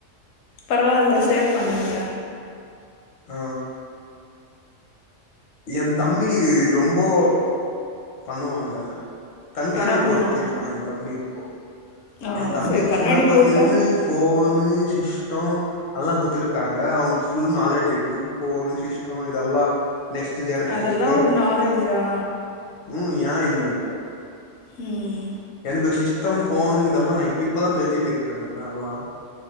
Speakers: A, on the left (about 80°); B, on the left (about 55°).
A: பரவால்ல ஷேர் பண்ணுங்க
B: ஆ ஏன் தம்பி ரொம்போ பண்ணுவாங்க கண்காணி
A: என்ன பண்ணுவாங்க
B: போட்டுட்டு இருப்பா ஏ தம்பி இப்போ
A: ஆ
B: என் தம்பி
A: சரி கண்ணாடி
B: சின்னப்பத்துலருந்து
A: போட்டால்
B: ஃபோனு சிஸ்ட்டோ அதலா குத்துருக்காங்க அவனுக்கு ஃபுல் நாலேட் இருக்கு ஃபோனு சிஸ்ட்டோ இதெல்லா நெக்ஸ்ட் ஜன
A: அதெல்லாம்
B: நெக்ஸ்ட்டு
A: ஒரு நாலேஜா
B: ம் ஏன் இல்லங்க
A: ம்
B: எனக்கு சிஷ்டம் ஃபோனு இதெல்லா நா இப் இப்பதா தெரிஞ்சுட்டு இருக்கேங்க அல்லா